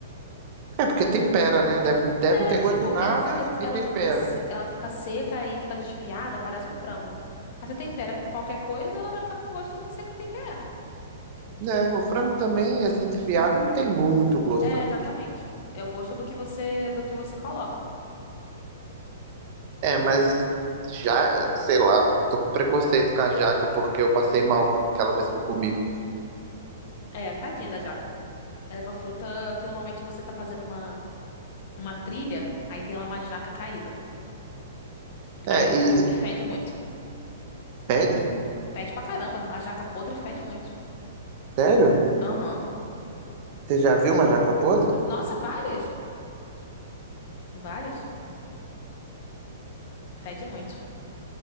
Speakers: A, on the right; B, on the left.
A: É porque tempera, né? Deve, deve não ter
B: É tipo,
A: gosto de nada
B: ela fica, ela
A: e tempera.
B: fica, se- ela fica seca e fica desfiada, parece um frango. Aí você tempera com qualquer coisa, ela vai ficar com gosto do que você tempera, né?
A: Né? O frango também, assim, desfiado, não tem muito gosto,
B: É,
A: né?
B: exatamente. É o gosto do que você, do que você coloca.
A: É, mas já, sei lá, tô com preconceito com a jaca porque eu passei mal quando, aquela vez que eu comi.
B: É, tadinha da jaca. Ela é uma fruta que normalmente você tá fazendo uma, uma trilha, aí tem lá uma jaca caída.
A: É,
B: Aí
A: e
B: tá, fede muito.
A: pede?
B: Fede pra caramba. A jaca podre fede muito.
A: Sério?
B: Aham.
A: Você já viu uma jaca podre?
B: Nossa, várias? Várias? Fede muito.